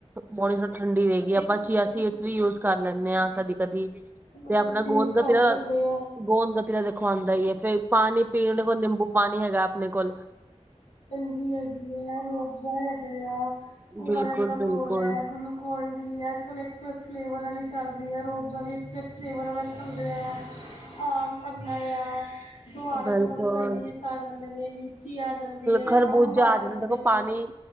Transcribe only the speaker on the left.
ਮਗਜ
ਯੂਜ
ਕਰ
ਸਕਦੇ ਆ
ਚੰਗੀ ਹੈਗੀ ਐਂ, ਰੂ ਅਫ਼ਜ਼ਾ ਹੈਗਾ ਏ ਆ, ਓ
ਆਰ ਐੱਸ ਦਾ
ਘੋਲ ਐ ਗੁਲੂ ਕੋਂਡੀ ਅੱਜ ਕੱਲ੍ਹ ਇੱਕ ਤੋਂ ਇੱਕ ਫਲੇਵਰ ਵਾਲੀ ਚੱਲ ਰੀ ਐ, ਰੂ ਅਫ਼ਜਾ ਦਾ ਵੀ ਇੱਕ ਤੋਂ ਇੱਕ ਫਲੇਵਰ ਵਾਲਾ ਚੱਲ ਰਿਐ। ਆਮ ਪੰਨਾ ਏ ਆ, ਦੂਆਣੇ
ਗਰਮੀਆਂ ਚ ਆ ਜਾਂਦੇ ਨੇ, ਲੀਚੀ ਆ ਜਾਂਦੀ ਹੈ,
ਅੰਬ
ਜਾਂਦੇ
ਨੇ।